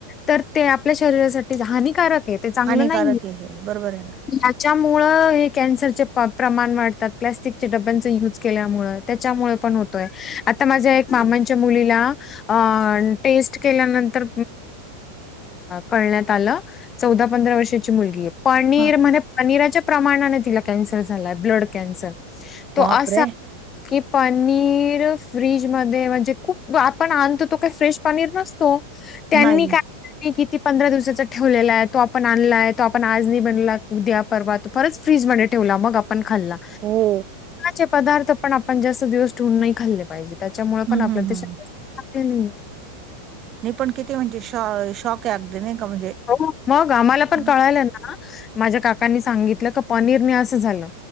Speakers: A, on the left (about 25°); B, on the right (about 30°).
A: तर ते आपल्या शरीरासाठी हानिकारक आहे ते चांगलं
B: हानिकारक
A: नाहीये.
B: बरोबर आहे ना.
A: याच्यामुळं हे कॅन्सरचे प्रमाण वाढतात प्लॅस्टिक डब्यांच युज केल्यामुळे. त्याच्यामुळे पण होतोय आता माझ्या एक मामांच्या मुलीला. अ टेस्ट केल्यानंतर कळण्यात आलं. ौदा पंधरा वर्षाची मुलगी आहे. पनीर
B: हा
A: म्हण पनीराच्या प्रमाणाने तिला कॅन्सर झालाय ब्लड कॅन्सर तो
B: बाप
A: असा.
B: रे
A: की पनीर फ्री्रीजमध्येध्ये म्हणजे खूप आपण आणतो तो काय फ्रेश पनीर न. त्यांनी
B: नाही
A: काय क पंधरा दिवसा ठेवलेला आहे तो आपण आणलाय तो आपण आज ब मला उद्या परवा तू परत फ्रिजमध्ये ठेवला मग आपण खाल्ला
B: हो
A: चे पदार्थ. पण आपण जास्त दिवस ठेऊन नाही खाल्ले पाहिजे त्याच्यामुळे
B: हम्म
A: पण आपल्या
B: हम्म
A: ते
B: हम्म
A: शगले नाहीये.
B: नि पण किती म्हणजे श शॉक आहे अगदी नाही का म्हणजे.
A: हो मग आम्हाला पण
B: हं.
A: कळालं ना माझ्या काकांनी सांगितलं का पनीर मी असं झालं.